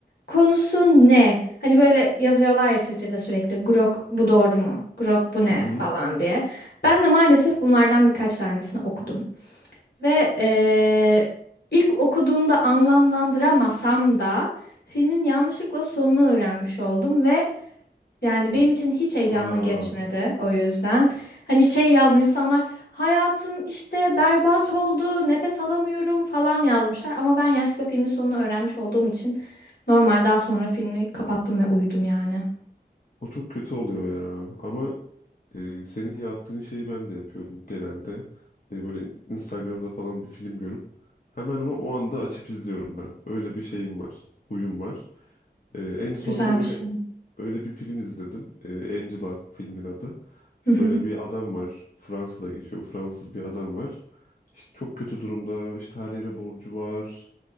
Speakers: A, on the left; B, on the left.
A: konusu ne? Hani böyle yazıyorlar ya Twitter'da sürekli Grok bu doğru mu? Grok bu ne
B: Hı hı.
A: falan diye. Ben de maalesef bunlardan birkaç tanesini okudum. Ve eee, ilk okuduğumda anlamlandıramasam da filmin yanlışlıkla sonunu öğrenmiş oldum ve yani benim için hiç heyecanlı
B: Aa,
A: geçmedi o yüzden. Hani şey yazmış insanlar hayatım işte berbat oldu nefes alamıyorum falan yazmışlar. Ama ben yanlışlıkla filmin sonunu öğrenmiş olduğum için normal daha sonra filmi kapattım ve uyudum yani.
B: o çok kötü oluyor ya. Ama e, senin yaptığın şeyi ben de yapıyorum genelde. E, böyle Instagram'da falan bir film görüp hemen ama o anda açıp izliyorum ben. Öyle bir şeyim var. Huyum var. E, en sonunda
A: Güzel
B: öyle
A: bir şey.
B: öyle bir film izledim. E, Angela filmin adı.
A: Hı hı.
B: Böyle bir adam var. Fransa'da geçiyor. Fransız bir adam var. İşte çok kötü durumda. İşte her yere borcu var.